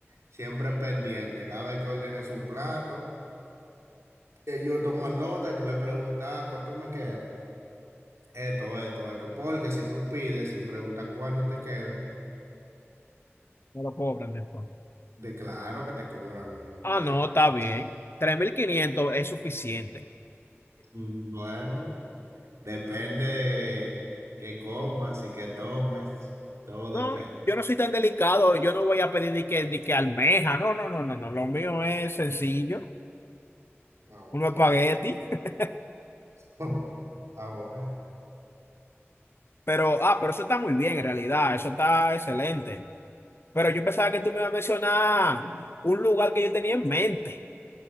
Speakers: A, on the right (about 85°); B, on the left (about 55°).
A: siempre pendiente. Cada vez que ordenes un plato, ellos toman nota y tú le preguntas, "Ah, ¿cuánto me quedan? Esto, esto, esto. Porque si tú pides sin preguntar cuánto te quedan,
B: Me lo cobran después.
A: de claro que te cobran una
B: Ah, no,
A: diferencia.
B: está bien. tres mil quinientos es suficiente.
A: Mm, Bueno, depende qué comas y qué tomes, todo depende.
B: No, yo no soy tan delicado. Yo no voy a pedir de que, de que almeja. No, no, no, no, no. Lo mío es sencillo.
A: Ah, bueno.
B: Uno espagueti. <laughs>
A: <laughs> Ah, bueno.
B: Pero, ah, pero eso está muy bien en realidad. Eso está excelente. Pero yo pensaba que tú me ibas a mencionar un lugar que yo tenía en mente.